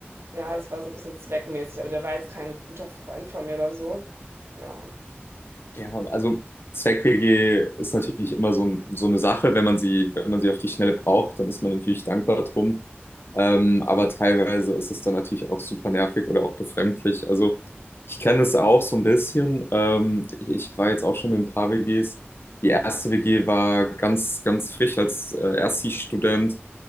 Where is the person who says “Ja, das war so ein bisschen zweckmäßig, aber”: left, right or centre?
Right